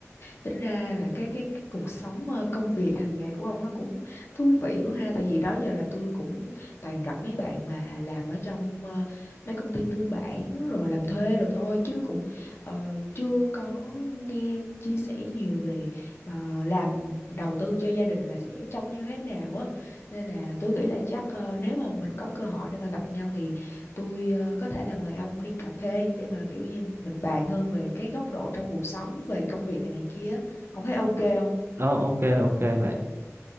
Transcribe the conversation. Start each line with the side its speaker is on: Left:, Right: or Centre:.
Left: tính ra là cái cái, cái cuộc sống ờ, công việc hàng ngày của ông nó cũng thú vị quá ha tại vì đó giờ là tôi cũng toàn gặp mấy bạn mà làm ở trong ờ, mấy công ty tư bản rồi làm thuê đồ thôi chứ cũng ờ, chưa có nghe chia sẻ nhiều về ờ, làm đầu tư cho gia đình là sẽ trông như thế nào á nên là tôi nghĩ là chắc ờ, nếu mà mình có cơ hội để mà gặp nhau thì tôi ờ, có thể là mời ông đi cà phê để mà kiểu như mình bàn hơn về cái góc độ trong cuộc sống về công việc này này kia ông thấy ok không
Right: Ờ, ok ok bạn